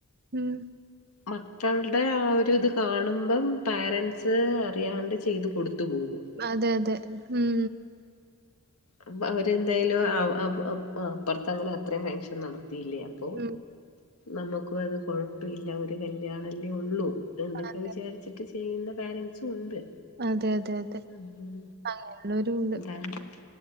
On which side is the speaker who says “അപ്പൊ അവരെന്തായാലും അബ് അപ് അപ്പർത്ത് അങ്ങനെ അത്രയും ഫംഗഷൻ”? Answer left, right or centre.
Left